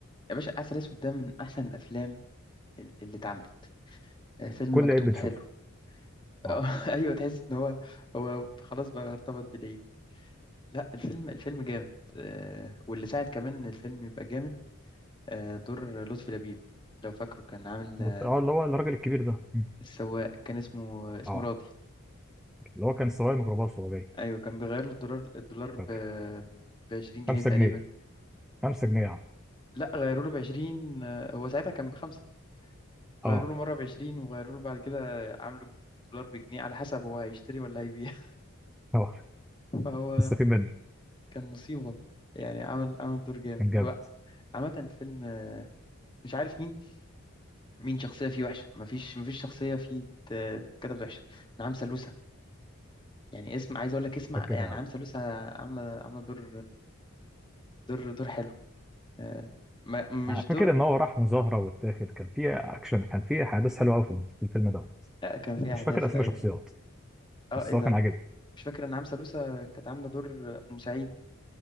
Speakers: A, on the left; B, in the centre.
A: يا باشا عسل اسود ده من احسن الافلام ال- اللي اتعملت آه، فيلم
B: كل
A: مكتوب
B: عيب بتشوفه
A: حلو <laughs>
B: اه
A: آه، ايوه تحس ان هو هو خلاص بقى ارتبط بالعيد لا الفيلم الفيلم جامد آه، واللي ساعد كمان ان الفيلم يبقى جامد آه، دور لطفي لبيب لو فاكره كان عامل
B: بس-
A: آه،
B: اه اللي هو الراجل الكبير ده مم.
A: السواق كان اسمه اسمه
B: اه
A: راضي
B: اللي هو كان سواق ميكروباص وهو جاي
A: ايوه كان بيغير له الدولار الدولار ب
B: فاكر
A: ب 20 جنيه
B: 5
A: تقريبا
B: جنيه 5 جنيه يا عم
A: لا غيروا له ب 20 آه، هو ساعتها كان بخمسة
B: اه
A: غيروا له مره ب 20 وغيروا له بعد كده عملوا الدولار بجنيه على حسب هو هيشتري ولا هيبيع
B: اه
A: <laughs> فهو
B: مستفيد منه
A: كان مصيبه يعني عمل عمل دور جامد
B: كان جامد
A: هو عامة الفيلم مش عارف مين مين شخصية فيه وحشة مفيش مفيش شخصية فيه ت- كتبت وحشة نعم سلوسة يعني اسم عايز اقول لك اسمع
B: فاكر
A: يعني
B: قوي
A: نعم سلوسة عاملة عاملة دور دور دور حلو آه، ما- مش
B: فاكر
A: دور
B: ان هو راح مظاهره واتاخد كان في اكشن كان في احداث حلوه قوي في في الفيلم دوت
A: آه، كان فيه
B: مش
A: احداث
B: فاكر اسماء
A: ايوه
B: شخصيات
A: اه
B: بس
A: ايه ده
B: هو كان عاجبني
A: مش فاكر ان نعم سلوسة كانت عاملة دور مساعد